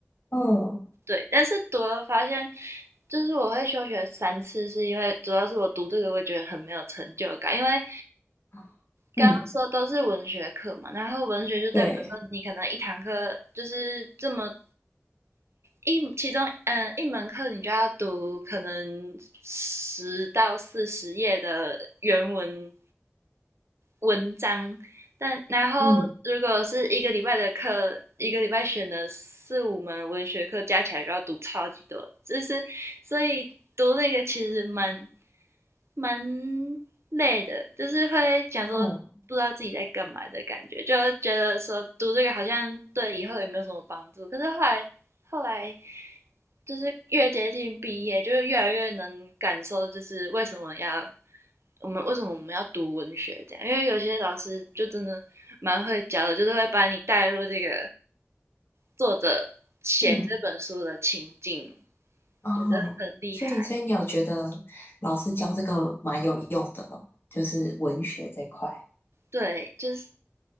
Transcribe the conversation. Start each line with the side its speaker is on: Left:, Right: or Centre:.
Left: 哦
Right: 对，但是读了发现，就是我会休学三次，是因为主要是我读这个会觉得很没有成就感，因为
Left: <laughs> 嗯
Right: 刚刚说都是文学课嘛，然后文学就代表说你可能一堂课就是这么
Left: 对
Right: 一，其中嗯一门课你就要读可能十到四十页的原文文章，但然后如果是一个礼拜的课，
Left: 嗯
Right: 一个礼拜选的四五门文学课加起来就要读超级多，就是所以读那个其实蛮蛮累的，就是会讲说不知道自己在干嘛的感觉，
Left: 嗯
Right: 就觉得说读这个好像对以后也没有什么帮助，可是后来后来就是越接近毕业，就是越来越能感受，就是为什么要我们为什么我们要读文学这样，因为有些老师就真的蛮会教的，就是会把你带入这个作者写这本书的情境，
Left: 嗯哦，
Right: 觉得很厉害。
Left: 所以所以你有觉得老师教这个蛮有用的了，就是文学这块。
Right: 对，就是